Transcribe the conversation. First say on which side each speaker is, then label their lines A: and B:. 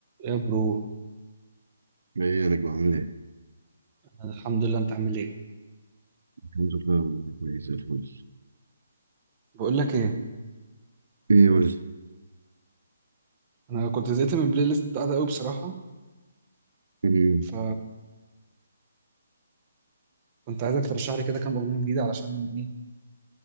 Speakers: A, on the right (about 25°); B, on the right (about 85°).
A: يا برو
B: ايه انا بعمل ايه
A: أنا الحمد لله انت عامل ايه
B: الحمد لله والله كويس زي الفل
A: بقول لك ايه
B: ايه قول
A: انا كنت زهقت من البلاي ليست بتاعتي قوي بصراحه
B: لي
A: ف كنت عايزك ترشح لي كده كام اغنيه جديده علشان ايه